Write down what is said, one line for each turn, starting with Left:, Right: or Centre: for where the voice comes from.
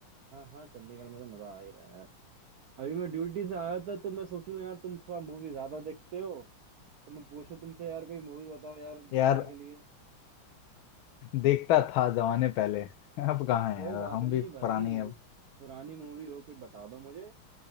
Right: हाँ हाँ चंडीगढ़ में तो मजा आ ही रहा है यार अभी मैं ड्यूटी से आया था तो मैं सोचूं यार तुम थोड़ा मूवी ज्यादा देखते हो तो मैं पूछूं तुमसे यार कोई मूवी बताओ यार देखने
Left: यार
Right: के लिए
Left: देखता था जमाने पहले <laughs> अब कहाँ है
Right: कोई
Left: यार
Right: बात
Left: हम
Right: नहीं
Left: भी पुराने
Right: भाई
Left: हैं अब
Right: पुरानी मूवी हो कोई बता दो मुझे